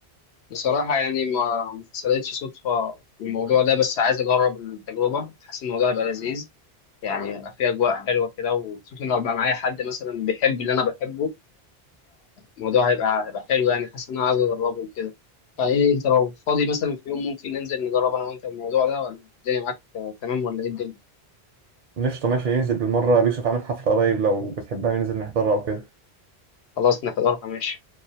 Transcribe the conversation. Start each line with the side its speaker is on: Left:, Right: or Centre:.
Left: بصراحة يعني ما ما حصلتش صدفة في الموضوع ده بس عايز أجرب التجربة حاسس الموضوع هيبقى لذيذ يعني هيبقى فيه أجواء حلوة كده وخصوصا لو بقى معايا حد مثلا بيحب اللي أنا بحبه الموضوع هيبقى هيبقى حلو يعني حاسس ان انا عايز اجربه وكده فايه انت لو فاضي مثلا في يوم ممكن ننزل نجرب انا وانت الموضوع ده ولا الدنيا معاك آه، تمام ولا ايه الدنيا
Right: قشطه ماشي ننزل بالمره يوسف عامل حفله قريب لو بتحبها ننزل نحضرها او كده
Left: خلاص نحضرها ماشي